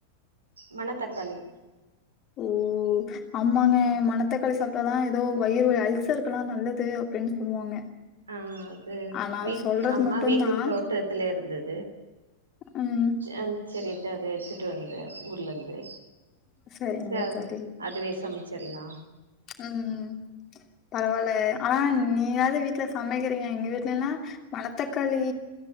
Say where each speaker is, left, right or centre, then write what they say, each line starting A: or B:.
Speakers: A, on the right; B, on the left.
A: மண தக்காளி
B: ஓ அம்மாங்க
A: ம்
B: மணத்தக்காளி சாப்ட்டாதா ஏதோ வயிறுவலி அல்சர்கள்ல்லா நல்லது அப்டின்னு சொல்லுவாங்க
A: ஆ அது
B: ஆனா
A: வீ
B: சொல்றது
A: அம்மா
B: மட்டுந்தா
A: வீட்டு தோட்டத்துல இருந்தது
B: ம்
A: அ சரிட்டு அத எடுத்துட்டு வந்தே ஊர்ல இருந்து
B: சரிங்க
A: சரி
B: தோழி
A: அதுவே சமைச்சிடலா
B: ம் ம் பரவாயில்ல ஆனா நீயாவது வீட்ல சமைக்கிறீங்க எங்க வீட்லெல்லா மணத்தக்காளி